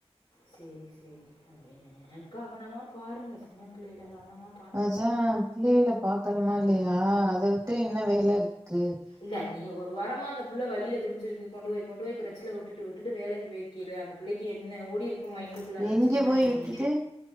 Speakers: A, on the left; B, on the right.
A: சேரி சேரி அப்டின் நா கவனமா பாருங்க சின்ன புள்ளைகல கவனமா
B: அதா புள்ளயில பாக்கனுமா இல்லையா அத வுட்டு இன்ன வேலருக்கு
A: இல்ல நீ ஒரு வாரமா அந்த புள்ள வலியில துடிச்சிருக்கு கொண்டுவோய் கொண்டுவோய் கிரச்சில வுட்டுடு வுட்டுடு வேலைக்கி பேயி கிற அந்த புள்ளைக்கி என்ன ஓடிருக்கு மைண்டுக்குள்ள அந்த
B: எங்க
A: சின்ன
B: போய்
A: புள்
B: விட்டுட்டு